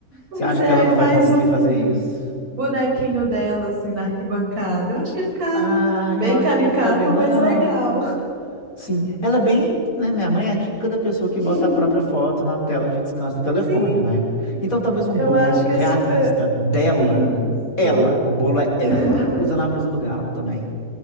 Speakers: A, on the right; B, on the left.
A: Pois
B: Você acha
A: é,
B: que ela
A: aí
B: não
A: faz
B: vai conseguir
A: um.
B: fazer isso?
A: bonequinho dela, assim, na arquibancada. Eu acho que ia ficar
B: Ah, eu
A: bem
B: acho
A: caricato,
B: que ia ficar bem legal.
A: mas legal.
B: Sim, ela é bem, né? Minha mãe é a típica da pessoa que
A: <laughs>
B: bota a própria foto na tela de descanso do telefone,
A: Sim,
B: né? Então talvez um
A: eu
B: bolo
A: acho que
B: realista
A: é super.
B: dela,
A: Isso.
B: ela, o bolo é ela,
A: <laughs>
B: usando a blusa do galo também.